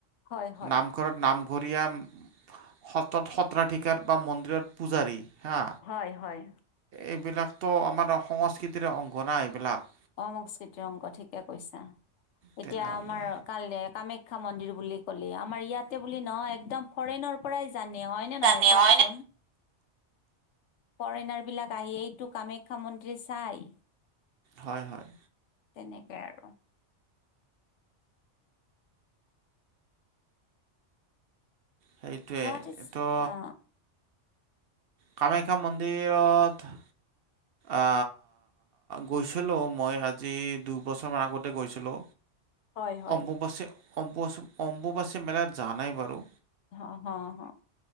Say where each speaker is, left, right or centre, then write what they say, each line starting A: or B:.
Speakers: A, on the left (about 75°); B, on the right (about 60°).
A: হয় হয়
B: নামঘৰত নামঘৰীয়া সত্ৰত সত্ৰাধিকাৰ বা মন্দিৰত পূজাৰী হা।
A: হয় হয়।
B: এইবিলাকতো আমাৰ সংস্কৃতিৰে অংগ না এইবিলাক।
A: অঁ সংস্কৃতিৰ অংক ঠিকেই কৈছা,
B: তেনেহ'লে
A: এতিয়া আমাৰ কাল কামাখ্যা মন্দিৰ বুলি ক'লে আমাৰ ইয়াতে বুলি নহয় একদম ফৰেইনৰ পৰাই জানে হয়নে
B: জানে
A: নহয় কোৱাচোন?
B: হয় ন
A: ফৰেনাৰ বিলাক আহি এইটো কামাখ্যা মন্দিৰ চাই।
B: হয় হয়।
A: তেনেকাই আৰু।
B: সেইটোৱে
A: গুৱাহাটী
B: এইটো
A: অ
B: কামাখ্যা মন্দিৰত আ গৈ গৈছিলো' মই আজি দুবছৰমান আগতে গৈছিলোঁ,
A: হয় হয়
B: অম্বুবছে অম্বু অম্বুবাচি মেলাত যোৱা নাই বাৰু।
A: অ হ হ,